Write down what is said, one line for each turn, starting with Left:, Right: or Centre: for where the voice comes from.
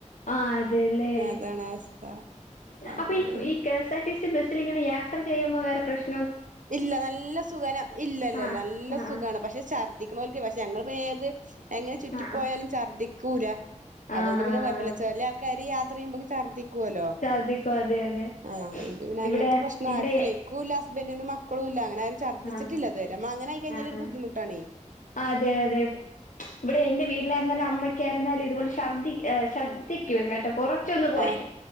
Left: ആ അതെല്ലേ
Right: അതാണ് അവസ്ഥ അങ്ങനെ
Left: അപ്പൊ ഈ കെ എസ്ആർ ടി സി ബസ്സിൽ ഇങ്ങനെ യാത്ര ചെയ്യുമ്പോ വേറെ പ്രശ്ന
Right: ഇല്ല നല്ല സുഖന ഇല്ലല്ലല്ല
Left: ആഹ്
Right: നല്ല
Left: ആഹ്
Right: സുഖമാണ് പക്ഷെ ഛർദിക്ക ല പക്ഷെ ഞങ്ങളൾ ഏത് എങ്ങനെ ചുറ്റിപ്പോ
Left: ആഹ് ആഹ്
Right: പോയാലും ഛർദ്ദിക്കൂല അതുകൊണ്ട്
Left: ആഹ്
Right: പിന്നെ
Left: ആഹ്
Right: കുഴപ്പമില്ല
Left: ആഹ്
Right: ചെല്ലിയ ആൾക്കാര് യാത്ര ചെയുമ്പൊക്ക ർദിക്ക ല്ലോ
Left: ഛർദിക്കും അതെ അതെ
Right: ആഹ ഇത് പിന്നെ അങ്ങനത്തെ
Left: ഇവിടെ
Right: പ്രശ്ന
Left: ഇവിടെ
Right: ആരിക്കൂല്ല എനിക്ക ബന്നിന മക്കള ഇല്ല അനെ രു ഛർദ്ദിച്ചിട്ടില്ലതുവരെം
Left: ആഹ്
Right: അ അങ്ങനെ ആയിക്കഴിഞ്ഞാലൊരു
Left: ആഹ് ആഹ്
Right: ബുദ്ധിമുട്ടാണേ
Left: അതെ അതെ ഇവിടെ എൻറെ വീട്ടിലായിരുന്നാലും അമ്മക്കായിരുന്നാലും ഇതുപോലെ ശ്രദ്ധി ശ്രദ്ധിക്കും കേട്ടെ കുറ പോ
Right: ആഹ്